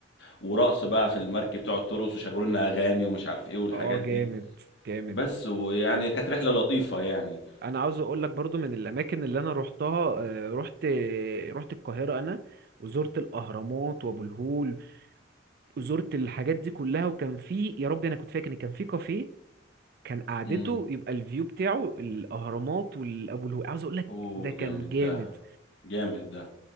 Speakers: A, on the left (about 65°); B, on the right (about 50°).
A: ورقص بقى في المركب تقعد ترقص وشغلوا لنا اغاني ومش عارف ايه والحاجات
B: اه جامد
A: دي
B: جامد
A: بس ويعني كانت رحلة لطيفة يعني
B: انا عاوز اقول لك برضو من الاماكن اللي انا روحتها آه، روحت روحت القاهره انا وزرت الاهرامات وابو الهول وزرت الحاجات دي كلها وكان في يا ربي انا كنت فاكر ان كان في كافيه كان قعدته
A: امم
B: يبقى الفيو بتاعه الاهرامات والابو الهول عاوز اقول لك
A: اوه
B: ده كان
A: جامد
B: جامد
A: ده جامد ده